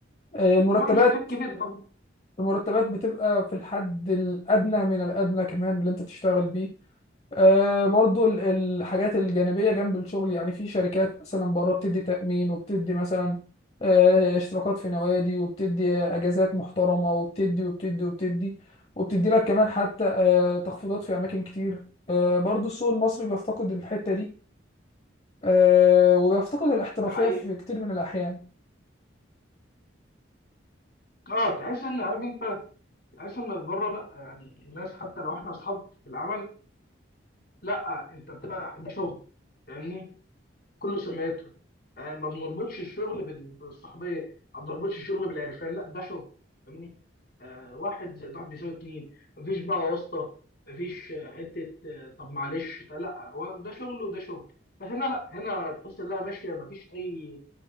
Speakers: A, on the left (about 30°); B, on the left (about 50°).
A: آه، المرتبات
B: طبعا الشتات كبير طبعا
A: المرتبات بتبقى في الحد الادنى من الادنى كمان اللي انت تشتغل بيه آه، برضو ال- الحاجات الجانبية جنب الشغل يعني في شركات مثلا بره بتدي تأمين وبتدي مثلا آه، اشتراكات في نوادي وبتدي أجازات محترمة وبتدي وبتدي وبتدي وبتدي لك كمان حتى آه، تخفيضات في أماكن كتير آه، برضو السوق المصري بيفتقد الحتة دي آه، وبيفتقد الاحترافية
B: ده حقيقي
A: في كتير من الأحيان
B: اه تحس ان عارف انت تحس ان بره لا يعني الناس حتى لو احنا اصحاب في العمل لا انت بتبقى ده شغل فاهمني كله سمعته آه، ما بنربطش الشغل بال- بالصحبيه ما بنربطش الشغل بالعرفان لا ده شغل فاهمني آه واحد زائد واحد بيساوي اتنين مفيش بقى واسطه مفيش آه، حته آه، طب معلش طب لا هو ده شغل وده شغل فهنا لا هنا تحس انها ماشيه مفيش اي